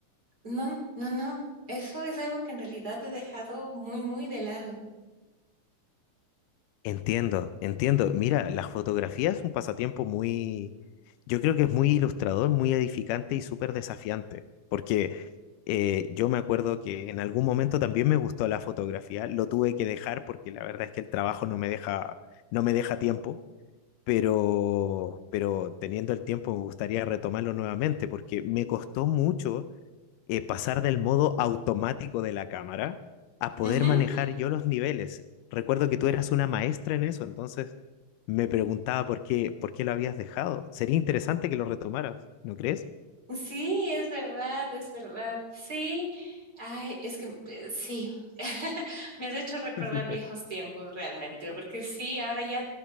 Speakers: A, on the right (about 30°); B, on the left (about 85°).
A: no, no, no. Eso es algo que en realidad he dejado muy, muy de lado.
B: Entiendo, entiendo. Mira, la fotografía es un pasatiempo muy, yo creo que es muy ilustrador, muy edificante y súper desafiante, porque eh, yo me acuerdo que en algún momento también me gustó la fotografía, lo tuve que dejar porque la verdad es que el trabajo no me deja, no me deja tiempo, pero, pero teniendo el tiempo me gustaría retomarlo nuevamente porque me costó mucho eh, pasar del modo automático de la cámara a poder
A: Ujú.
B: manejar yo los niveles. Recuerdo que tú eras una maestra en eso, entonces me preguntaba por qué, por qué lo habías dejado. Sería interesante que lo retomaras, ¿no crees?
A: Sí, es verdad, es verdad. Sí. Ay, es que eh, sí. <laughs> Me has hecho recordar
B: <laughs>
A: viejos tiempos realmente, porque sí, ahora ya